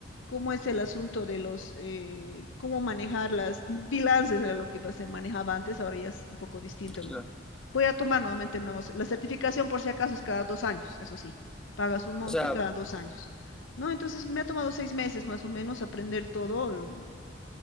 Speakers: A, on the left; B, in the centre.
A: cómo es el asunto de los, eh, cómo manejar las bilances, era lo que se manejaba antes, ahora ya es un poco distinto. el-
B: claro.
A: Voy a tomar nuevamente el nuevo, la certificación por si acaso es cada dos años, eso sí, pagas un monto
B: O sea,
A: y cada dos años. ¿No? Entonces me ha tomado seis meses más o menos aprender todo. el-